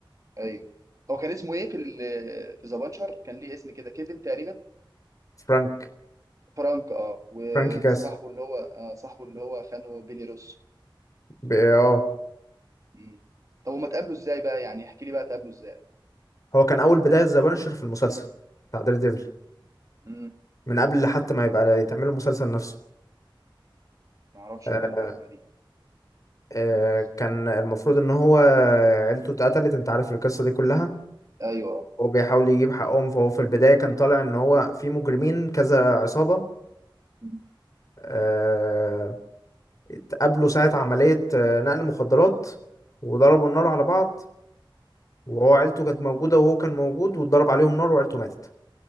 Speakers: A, on the right (about 40°); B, on the left (about 40°).
A: ايوه هو كان اسمه ايه في ال... في ذا بانشر كان ليه اسم كده كيفن تقريبا
B: فرانك
A: فرانك اه وصاحبه
B: فرانك كاس
A: اللي هو آه صاحبه اللي هو خانه بيلي روسو
B: ب... اه
A: مم. طب هما اتقابلوا ازاي بقى يعني احكي لي بقى اتقابلوا ازاي
B: هو كان أول بداية ذا بانشر في المسلسل بتاع دير ديفل
A: مم.
B: من قبل حتى ما يبقى يتعمل المسلسل نفسه
A: ما اعرفش
B: آه،
A: والله المعلومه دي
B: آه،
A: مم.
B: كان المفروض ان هو عيلته اتقتلت انت عارف القصة دي كلها
A: ايوه اه
B: هو بيحاول يجيب حقهم فهو في البداية كان طالع ان هو في مجرمين كذا عصابة
A: مم.
B: آه، اتقابلوا ساعة عملية آه، نقل مخدرات وضربوا النار على بعض وهو عيلته كانت موجودة وهو كان موجود واتضرب عليهم نار وعيلته ماتت